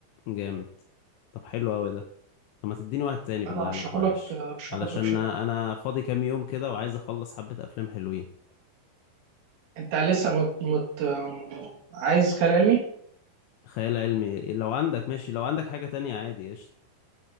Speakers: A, on the left (about 80°); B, on the right (about 65°).
A: جامد طب حلو قوي ده طب ما تديني واحد تاني بالله
B: انا ارشحه
A: عليك معلش
B: لك آه، ارشحه
A: علشان
B: لك بشده
A: انا فاضي كام يوم كده وعايز اخلص حبة افلام حلوين
B: انت لسه مت... مت... آم، عايز خيال علمي
A: خيال علمي لو عندك ماشي لو عندك حاجة تانية عادي قشطة